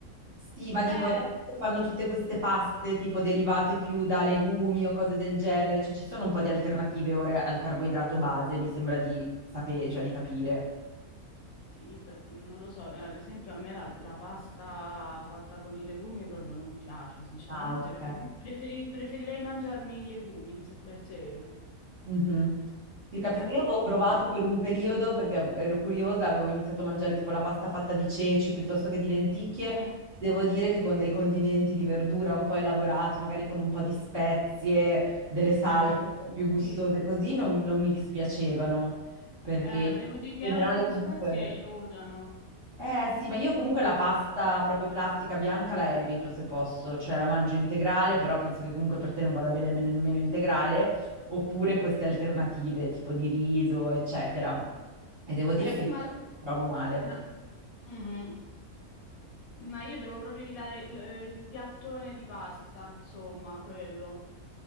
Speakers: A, on the right; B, on the left.
A: Sì, ma dico,
B: Eh,
A: adesso fanno tutte queste paste tipo derivate più da legumi o cose del genere, cioè ci sono un po' di alternative ora al carboidrato base, mi sembra di sapere, cioè di capire.
B: Sì, per- non lo so, eh, ad esempio a me la, la pasta fatta con i legumi proprio non piace, sinceramente
A: Ah, ok.
B: preferi- preferi- preferirei mangiarmi i legumi in sé per sé,
A: Mhm.
B: che
A: Sì,
B: li
A: capisco.
B: ritengo
A: Io
B: più
A: avevo provato
B: buoni.
A: per un periodo perché ero curiosa, avevo iniziato a mangiare tipo la pasta fatta di ceci piuttosto che di lenticchie.
B: Mm,
A: Devo dire che con dei condimenti di verdura un po' elaborati, magari con un po' di spezie, delle salse
B: mhm.
A: un po' più gustose,
B: Sì,
A: così non, non mi dispiacevano, perché
B: eh,
A: in
B: devo dire che
A: generale
B: anche le
A: comunque...
B: spezie aiutano.
A: Eh sì, ma io comunque la pasta proprio classica bianca la evito se posso, cioè la mangio integrale, però penso che comunque per te non vada bene men- nemmeno integrale, oppure queste alternative tipo di riso, eccetera. E devo dire
B: Eh sì,
A: che
B: ma,
A: provo male.
B: ma- mhm. Ma io devo proprio evitare il, il piattone di pasta, insomma, quello.